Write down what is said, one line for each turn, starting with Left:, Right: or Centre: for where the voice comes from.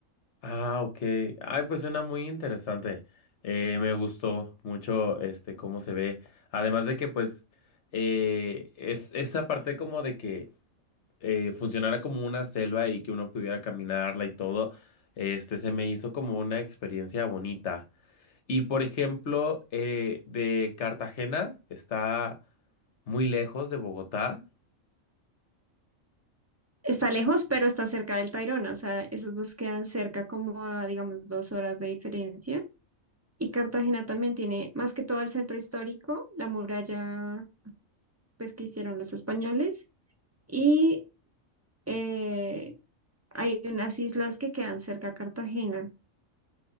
Left: Ah, ok. Ay, pues suena muy interesante. Eh, me gustó mucho, este, cómo se ve. Además de que, pues, eh, es esa parte como de que eh, funcionara como una selva y que uno pudiera caminarla y todo, este, se me hizo como una experiencia bonita. Y por ejemplo, eh, de Cartagena está muy lejos de Bogotá.
Right: Está lejos, pero está cerca del Tayrona. O sea, esos dos quedan cerca como a, digamos, dos horas de diferencia. Y Cartagena también tiene más que todo el centro histórico, la muralla pues que hicieron los españoles y eh, hay unas islas que quedan cerca a Cartagena,